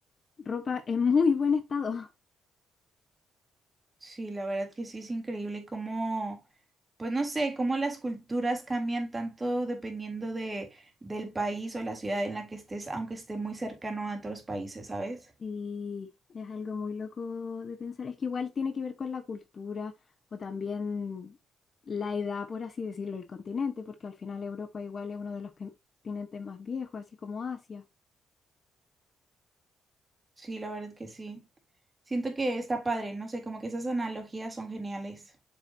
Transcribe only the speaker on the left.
ropa en muy buen estado.
Y es algo muy loco de pensar. Es que igual tiene que ver con la cultura o también la edad, por así decirlo, el continente, porque al final Europa igual es uno de los continentes más viejos, así como Asia.